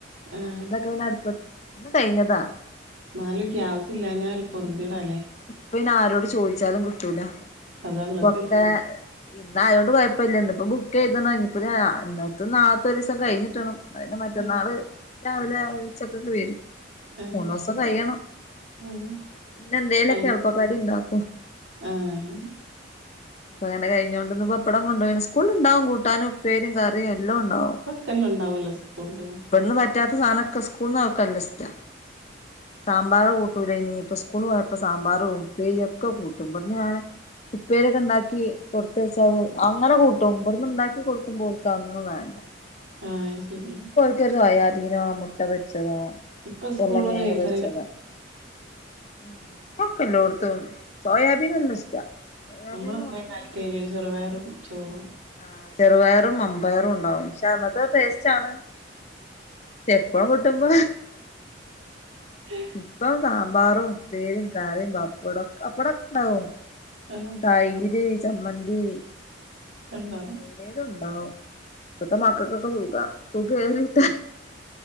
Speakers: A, on the right; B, on the left.
A: ആഹ്
B: കറി ഇതൊക്കെ പിന്നെ അടുപ്പ ഇന്ന് കഴിഞ്ഞതാ
A: ഇന്നാലും ഗ്യാസ് ഇല്ലാന്ന ഒരു പൊർതിയെട ല്ലേ
B: ഇപ്പന്ന ആരോട് ചോദിച്ചാലും കിട്ടൂല
A: അതാള്ളത്
B: ഇപ്പൊക്കെ യുദ്ധ ആയൊണ്ട് പ്പ കുഴപ്പില്ല ഇന്ന്ഇപ്പോ ബുക്ക് ചെയ്ത്ണ് ഇന്നത്തെ നാളത്ത ദിസം കഴിഞ്ഞിട്ടണം ഇന്നെ മറ്റന്നാള്
A: ആഹ്
B: രാവിലെ ഉച്ചക്കൊക്കെ വരും
A: ആഹ്
B: മൂന്നുസം
A: ശരി
B: കഴിയണം
A: ആഹ്
B: പിന്നെ എന്തേലൊക്കെ
A: അൽ
B: എളപ്പക്കടി ഇണ്ടാക്കും
A: ആഹ് അങ്ങനെ
B: ഇപ്പ അങ്ങനെ കഴിഞ്ഞോണ്ട് ഇന്ന് പപ്പടം കൊണ്ടോയിന് സ്കൂൾ ഉണ്ടാവും കൂട്ടാനും ഉപ്പേരും കറിയും എല്ലാ ഉണ്ടാവും
A: ഫുഡ്ക്കെ ഉണ്ടാവല്ലോ സ്കൂളില്
B: ഇവിടന്ന് പറ്റാത്ത സാധനൊക്കെ സ്കൂൾന്ന് ഓക്കല്ലേ ഇശ്റ്റാ സാമ്പാർ കൂട്ടൂലനി ഇപ്പ സ്കൂള് പോയപ്പോ സാമ്പാറും ഉപ്പേരിഒക്കെ കൂട്ടും പടന്നാണേ ഉപ്പേരൊക്കെ ഇണ്ടാക്കി കൊട്ത്തേചാ ല് അങ്ങനെ കൂട്ടും ഇവിടുന്ന് ഇണ്ടാക്കി കൊടുക്കുമ്പോ ഓൽക്കതൊന്നും വാണ്ട
A: ആ ശരി
B: ഒരു സോയാബീനോ മുട്ട പൊരിച്ചതോ
A: ഇപ്പൊ സ്കൂളും
B: അല്ലെ കേങ്
A: നഴ്സറിയിലും
B: പൊരിച്ചതോ ഉം ഒക്കെന്താ കൊട്ത്ത് സോയാബീനല്ലാ ഇഷ്ടാ സോയാബീൻ
A: നമ്മള് പോയ
B: ഓക്ക്
A: കാലത്തേനീ ഒരു ചെറുപയറും ചോറും
B: ആഹ് ചെറുപയറും മമ്പയറും ഉണ്ടാവും പക്ഷെ അന്നത്തെ ടേസ്റ്റാണ് ഷെ എപ്പളും കിട്ടുമ്പോ
A: ഹേ
B: ഇപ്പം സാമ്പാറും ഉപ്പേരിം കറിയും പപ്പടൊ പപ്പടൊക്കെ ണ്ടാവും
A: ആഹ്
B: തൈര് ചമ്മന്തി
A: ഒക്കെ ഉണ്ടാവും
B: പലേതുണ്ടാവും ഇപ്പത്തെ മക്കൾക്കൊക്കെ സുഖ സുഖ ഏറിയിട്ട